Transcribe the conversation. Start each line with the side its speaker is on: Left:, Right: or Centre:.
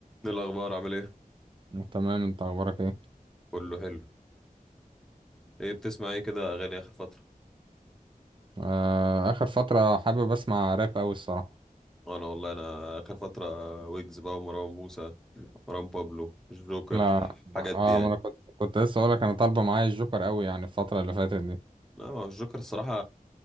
Centre: إيه الاخبار عامل ايه
Right: تمام انت اخبارك ايه
Centre: كله حلو ايه بتسمع ايه كده اغاني اخر فتره
Right: آه اخر فتره حابب اسمع راب قوي الصراحه
Centre: انا والله انا اخر فتره ويجز بقى ومروان موسى مروان بابلو الجوكر
Right: لا
Centre: الحاجات
Right: اه
Centre: دي يعني
Right: ما انا كنت كنت لسه اقول لك انا طالبه معايا الجوكر قوي يعني الفتره اللي فاتت دي
Centre: لا ما هو الجوكر الصراحه